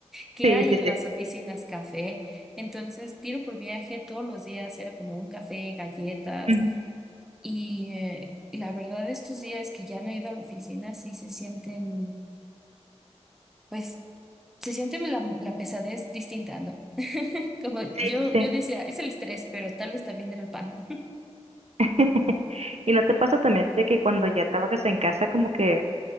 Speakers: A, in the centre; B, on the right (about 65°).
A: ¿Qué
B: Sí,
A: hay
B: sí,
A: en
B: sí.
A: las oficinas? Café. Entonces, tiro por viaje todos los días, era como un café, galletas.
B: Ujú.
A: Y, eh, y la verdad, estos días que ya no he ido a la oficina, sí se sienten, pues, se siente la, la pesadez distinta, ¿no? Como
B: Sí,
A: yo,
B: sí, sí.
A: yo decía, es el estrés, pero tal vez también era el pan.
B: <laughs> ¿Y no te pasa también de que cuando ya trabajas en casa como que